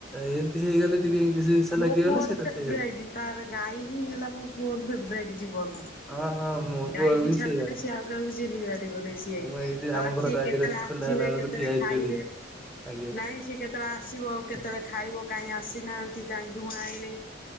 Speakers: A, in the centre; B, on the left (about 50°).
A: ଏମିତି ହେଇଗଲେ ଟିକେ ଇଂଲିଶ
B: ମୋ
A: ଲାଗିଗଲେ
B: ପୁଅର
A: ସେଇଟା
B: ଫେବରାଇଟ
A: ସେ ହେବ
B: ତାର ଗାଈ ହିଁ ହେଲା ମୋ ପୁଅର ଫେବରାଇଟ ଜୀବନ।
A: ହଁ ହଁ ମୋ
B: ଗାଈକି
A: ପୁଅର ବି
B: ଛାଡିଦେଲେ
A: ସେଇଆ
B: ସିଏ ଆଉ କାହାକୁ ଚିହ୍ନି ପାରିବନି। ସିଏ
A: ମୁଁ ଏଇଠି
B: ତ
A: ଆମ
B: ଆସେ
A: ଘର
B: କେତେବେଳେ
A: ଆଗରେ ସେ
B: ଆସିବେ
A: ଖୋଲା ହେଲା
B: କେତେ
A: ବେଳକୁ
B: କେତେବେଳେ
A: ଠିଆ ହେଇଥିବେ
B: ଖାଇବେ।
A: ଦିଟା ଆଜ୍ଞା
B: ନାଇଁ ସେ କେତେ କେତେବେଳେ ଆସିବ, କେତେବେଳେ ଖାଇବ, କାଇଁ ଆସିନାହାନ୍ତି, କାଇଁ ଦୁହାଁ ହେଇନି।